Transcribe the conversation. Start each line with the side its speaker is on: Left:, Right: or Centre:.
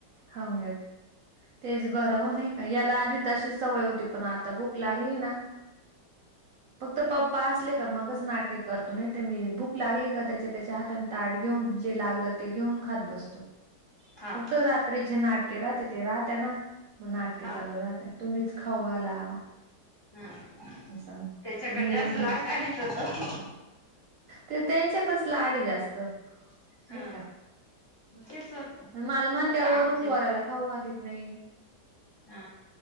Right: खाऊन घेत तेच बर हो नाही... याला आधी त अशी सवय होती पण आता भूक लागली ना... पप्पा असले का मगच नाटके करतो नाही तर मी बुक लागली का त्याचे त्याच्या हाता आणि ताट घेऊन जे... लागलं ते घेऊन खात बसतो..
Left: हा.
Right: फक्त रात्रीचे नाटके राहते ते राहते ना मग नाटके
Left: हा.
Right: चालू राहते... तुम्हीच खाऊ घाला...
Left: हम
Right: असं
Left: त्याच्याकडे
Right: आणि
Left: जास्त लाडका लेक होत...
Right: ते त्यांच्या कसलं आड जास्त. नाही
Left: हा
Right: का
Left: तेच होत.
Right: मालम
Left: तसं
Right: त्या
Left: आमचे
Right: वरून पोराला खाऊ घालत नाही...
Left: हा